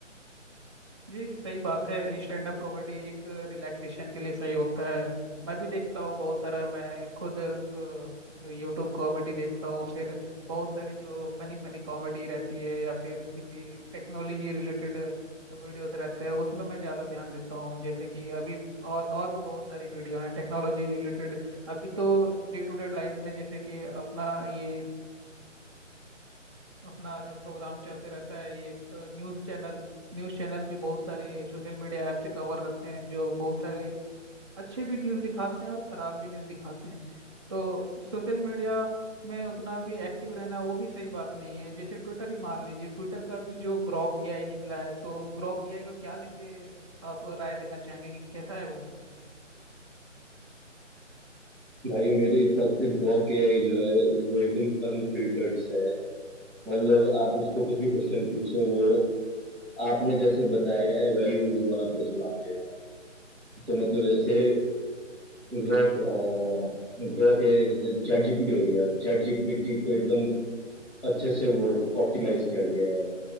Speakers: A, on the right; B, in the centre.
A: जी सही बात है स्टैंड अप कॉमेडी एक रिलैक्सेशन के लिए सही होता है मैं भी देखता हूँ बहुत सारा मैं खुद यूट्यूब कॉमेडी देखता हूँ फिर बहुत सारी जो फनी फनी कॉमेडी रहती है या फिर किसी टेक्नोलॉजी रिलेटेड वीडियोस रहते हैं उसमें मैं ज़्यादा ध्यान देता हूँ जैसे कि अभी और और भी बहुत सारी वीडियो हैं टेक्नोलॉजी रिलेटेड अभी तो डे टू डे लाइफ में जैसे कि अपना ये अपना जो प्रोग्राम चलते रहता है ये न्यूज़ चैनल न्यूज़ चैनल भी बहुत सारे सोशल मीडिया ऐप से कवर रहते हैं जो बहुत सारे अच्छे भी न्यूज़ दिखाते हैं और ख़राब भी न्यूज़ दिखाते हैं तो सोशल मीडिया में उतना भी एक्टिव रहना वो भी सही बात नहीं है जैसे ट्विटर ही मान लीजिए ट्विटर का भी जो ग्रॉक एआई निकला है तो ग्रॉक एआई को क्या लेके आप राय देना चाहेंगे कि कैसा है वो
B: भाई मेरे हिसाब से ग्रॉक के आई जो है वो एकदम अनफिल्टर्ड है मतलब आप उसको कुछ भी क्वेश्चन पूछो वो आपने जैसे बताया है वही वो आपको जवाब देगा तो मतलब जैसे ग्रोक ग्रोक है जैसे चैट जीपीटी हो गया चैट जीपीटी को एकदम अच्छे से वो ऑप्टिमाइज किया गया है